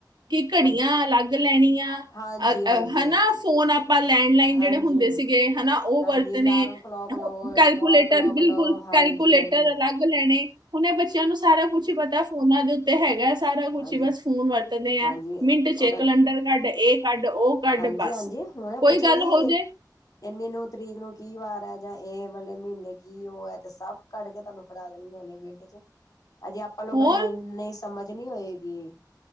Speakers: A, on the right; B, on the left.
A: ਕਿ ਘੜੀਆਂ
B: ਹਾਂਜੀ
A: ਅਲੱਗ ਲੈਣੀਆਂ,
B: ਹਾਂਜੀ
A: ਅ
B: ਹਾਂਜੀ
A: ਹਨਾ ਫੋਨ ਆਪਾਂ ਆਪਾਂ ਲੈਂਡ ਲਈਨ
B: ਹਾਂਜੀ
A: ਜਿਹੜੇ ਹੁੰਦੇ
B: ਹਾਂ।
A: ਸੀਗੇ, ਹਨਾਂ? ਉਹ
B: ਹਾਂਜੀ
A: ਵਰਤਣੇ,
B: ਅਲਾਰਮ ਕਲੋਕ ਲਓ
A: ਕੈਲਕੂਲੇਟਰ,
B: ਵਾਲ ਕਲੋਕ
A: ਬਿਲਕੁਲ
B: ਲਓ ਹਾਂਜੀ
A: ਕੈਲਕੂਲੇਟਰ,
B: ਹਾਂਜੀ
A: ਅਲੱਗ ਲੈਣੇ। ਉਹਨੇ ਬੱਚਿਆਂ ਨੂੰ ਸਾਰਾ ਕੁਛ ਹੀ ਪਤਾ ਫੋਨਾਂ ਦੇ ਤੇ ਹੈਗਾ ਸਾਰਾ ਕੁਛ
B: ਹਾਂਜੀ
A: ਹੀ ਬਸ ਫੋਨ ਵਰਤਦੇ ਆ
B: ਹਾਂਜੀ
A: ਮਿੰਟ ਚ
B: ਉਹ ਕਹਿੰ
A: ਕਲੰਡਰ ਘੱਢ ਇਹ ਕੱਢ ਉਹ ਕੱਢ
B: ਹਾਂਜੀ
A: ਬਸ
B: ਹਾਂਜੀ ਹੁਣ
A: ਕੋਈ
B: ਪੁੱਛਿਆ
A: ਗੱਲ
B: ਜੀ
A: ਹੋ ਜੇ
B: ਇੰਨੇ ਨੂੰੌ ਤਰੀਕ ਨੂੰ ਕੀ ਵਾਰ ਜਾਂ ਇਹ ਮਤਲਬ ਮਹੀਨੇ ਕੀ ਉਹ ਹੈ ਤੇ ਸਭ ਕੱਢ ਕੇ ਤੁਹਾਨੂੰ ਫੜਾ ਦੇਣਗੇ ਨੇ ਮਿੰਟ ਚ ਹਜੇ ਆਪਾਂ ਲੋਕਾਂ
A: ਹੋਰ
B: ਨੂੰ ਇੰਨੀ ਸਮਝ ਨੀ ਹੋਏਗੀ